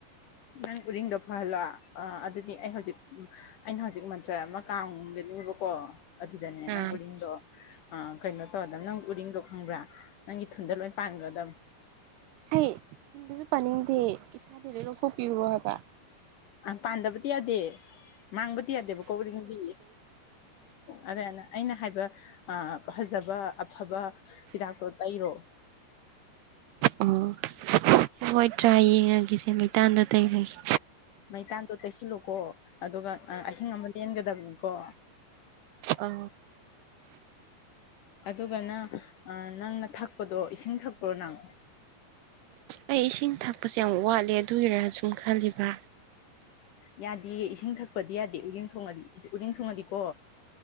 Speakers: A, on the left; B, on the right.
A: ꯅꯪ ꯎꯗꯤꯡꯗꯣ ꯐꯍꯜꯂꯣ ꯑ ꯑꯗꯨꯗꯤ ꯑꯩ ꯍꯧꯖꯤꯛ ꯑꯩꯅ ꯍꯧꯖꯤꯛ ꯃꯟꯇ꯭ꯔ ꯑꯃ ꯀꯥꯡꯒꯅꯦꯕꯀꯣ ꯑꯗꯨꯗꯅꯦ ꯅꯪ
B: ꯑꯥ
A: ꯎꯔꯤꯡꯗꯣ ꯑ ꯀꯩꯅꯣ ꯇꯧꯔꯗꯕ ꯅꯪ ꯎꯔꯤꯡꯗꯣ ꯈꯪꯕ꯭ꯔꯥ ꯅꯪꯒꯤ ꯊꯨꯟꯗ ꯂꯣꯏ ꯄꯥꯟꯒꯗꯕ
B: ꯍꯩ ꯁꯤꯨꯝꯗꯁꯨ ꯄꯥꯅꯤꯡꯗꯦ ꯏꯁꯥꯗꯤ ꯂꯣꯏ ꯂꯧꯊꯣꯛꯄꯤꯈꯨꯔꯣ ꯍꯥꯏꯕ
A: ꯑ ꯄꯥꯟꯗꯕꯗꯤ ꯌꯥꯗꯦ ꯃꯥꯡꯕꯗꯤ ꯌꯥꯗꯦꯕ ꯀꯧꯔꯤꯉꯗꯤ ꯑꯗꯨꯥꯏꯅ ꯑꯩꯅ ꯍꯥꯏꯕ ꯐꯖꯕ ꯑꯐꯕ ꯍꯤꯗꯥꯛꯇꯣ ꯇꯩꯔꯣ
B: ꯑꯣ ꯍꯣꯏ ꯇ꯭ꯔꯥ ꯌꯦꯡꯉꯒꯁꯦ ꯃꯩꯇꯥꯟꯗ ꯇꯩꯔꯒꯦ
A: ꯃꯩꯇꯥꯟꯗꯣ ꯇꯩꯁꯤꯜꯂꯨꯀꯣ ꯑꯗꯨꯒ ꯑꯍꯤꯡ ꯑꯃ ꯂꯦꯟꯒꯗꯕꯅꯤꯀꯣ
B: ꯑ
A: ꯑꯗꯨꯒꯅ ꯅꯪꯅ ꯊꯛꯄꯗꯣ ꯏꯁꯤꯡ ꯊꯛꯄ꯭ꯔꯣ ꯅꯪ
B: ꯑꯩ ꯏꯁꯤꯡ ꯊꯛꯄꯁꯦ ꯌꯥꯝ ꯋꯥꯠꯂꯦ ꯑꯗꯨꯒꯤꯔꯥ ꯁꯨꯝ ꯈꯜꯂꯤꯕ
A: ꯌꯥꯗꯦꯌꯦ ꯏꯁꯤꯡ ꯊꯛꯄꯗꯤ ꯌꯥꯗꯦ ꯎꯔꯤꯡ ꯊꯣꯡꯉꯗꯤ ꯎꯔꯤꯡ ꯊꯣꯡꯉꯗꯤꯀꯣ